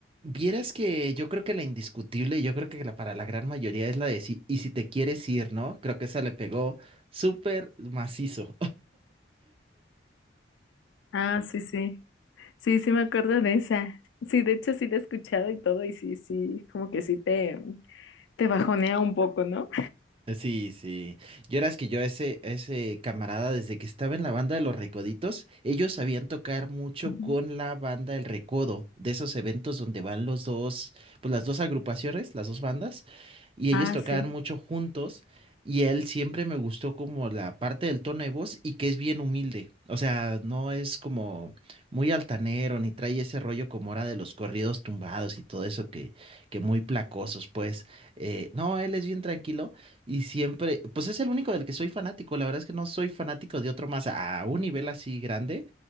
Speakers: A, on the right (about 30°); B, on the left (about 70°).
A: Vieras que yo creo que la indiscutible, y yo creo que la, para la gran mayoría es la de sí, y si te quieres ir, ¿no? Creo que esa le pegó súper macizo.
B: Ah, sí, sí, sí, sí me acuerdo de esa. Sí, de hecho sí la he escuchado y todo, y sí, sí, como que sí te, te bajonea un poco, ¿no?
A: Eh, Sí, sí. Yo era que yo a ese, a ese camarada, desde que estaba en la banda de los Recoditos, ellos sabían tocar mucho
B: Ujú.
A: con la banda El Recodo, de esos eventos donde van los dos, pues las dos agrupaciones, las dos bandas, y ellos
B: Ah,
A: tocaban
B: sí.
A: mucho juntos, y él siempre me gustó como la parte del tono de voz y que es bien humilde. O sea, no es como muy altanero, ni trae ese rollo como era de los corridos tumbados y todo eso que, que muy placosos, pues. Eh, no, él es bien tranquilo. Y siempre, pues es el único del que soy fanático. La verdad es que no soy fanático de otro más a un nivel así grande.